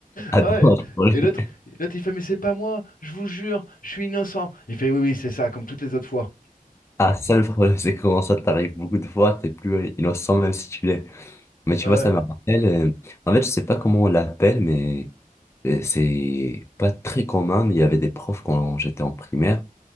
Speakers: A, on the left; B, on the left.
A: Attends,
B: Ouais.
A: le problème-
B: Et l'autre, l'autre, il fait, mais c'est pas moi, je vous jure, je suis innocent. Il fait, oui, oui, c'est ça, comme toutes les autres fois.
A: ah, ça le problème, c'est comment ça t'arrive beaucoup de fois, t'es plus innocent même si tu l'es. Mais tu
B: Ouais,
A: vois,
B: ouais,
A: ça me rappelle, euh, en fait, je sais pas comment on l'appelle, mais euh, c'est pas très commun, mais il y avait des profs quand j'étais en primaire,